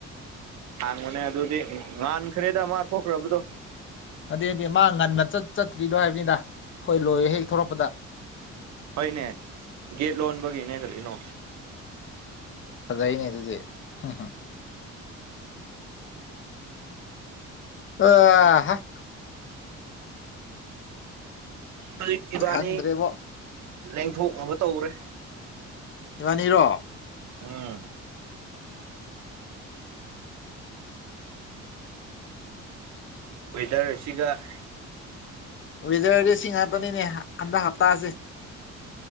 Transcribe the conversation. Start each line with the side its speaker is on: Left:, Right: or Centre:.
Right: ꯍꯥꯡꯕꯅꯦ ꯑꯗꯨꯗꯤ ꯉꯍꯥꯟꯈꯔꯦꯗ ꯑꯃ ꯊꯣꯛꯈ꯭ꯔꯕꯗꯣ
Left: ꯑꯗꯨꯗꯗ ꯃꯥ ꯉꯟꯅꯠ ꯆꯠꯇ꯭ꯔꯤꯗꯣ ꯍꯥꯏꯕꯅꯤꯗ ꯍꯣꯏ ꯂꯣꯏꯌꯦꯦ ꯍꯦꯛ ꯊꯧꯔꯛꯄꯗ
Right: ꯍꯣꯏꯅꯦ ꯒꯦꯠ ꯂꯣꯟꯕꯒꯤꯅꯦ ꯀꯔꯤꯅꯣ
Left: ꯐꯗꯥꯏꯅꯦ ꯑꯗꯨꯗꯤ ꯎꯝ <unintelligible>
Right: ꯍꯧꯖꯤꯛ ꯏꯕꯥꯅꯤ
Left: ꯈꯪꯗ꯭ꯔꯦꯕꯣ
Right: ꯂꯦꯡꯊꯣꯛꯅꯕ ꯇꯧꯔꯦ
Left: ꯏꯕꯥꯅꯤꯔꯣ
Right: ꯎꯝ ꯋꯦꯗꯔ ꯑꯁꯤꯒ
Left: ꯋꯦꯗꯔꯗꯤ ꯁꯤ ꯉꯥꯛꯇꯅꯤꯅꯦ ꯍꯟꯗꯛ ꯍꯞꯇꯥꯁꯦ